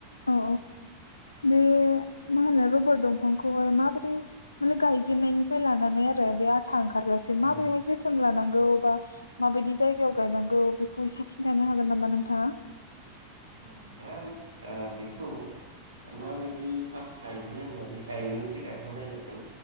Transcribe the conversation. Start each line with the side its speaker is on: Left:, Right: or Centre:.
Left: औ बे मा होनो रबार दंफां खौहाय माबोरै माने गायजेननायनिफ्राय लानानै आरो बे थांंखारजासेै
Right: औ
Left: माबोरैहाय जोथोन लानांगौ बा माबायदि जायगायाव गायनांगौ बेखौ एसे खिन्थानो हागोन नामा नोंथाङा?
Right: अ दा ओ बे खौ माबायदि फार्स्ट गायजेनोब्ला बे गायनायनि जगाखौ नायनांगोन